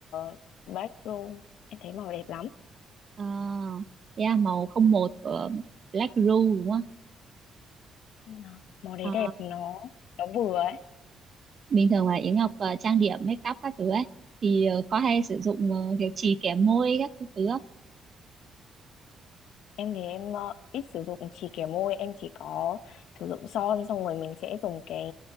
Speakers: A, on the left; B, on the right.
A: uh, Black Roll. Em thấy màu đẹp lắm.
B: Ờ, thế à, màu 01 của Black Rose đúng không
A: Vâng ạ. Màu đấy
B: Ờ
A: đẹp nó nó vừa ấy.
B: bình thường mà Yến Ngọc ờ, trang điểm make up các thứ ấy thì ờ, có hay sử dụng ờ, kiểu chì kẻ môi các cái thứ không?
A: Em thì em ờ, ít sử dụng chì kẻ môi, em chỉ có sử dụng son xong rồi mình sẽ dùng cái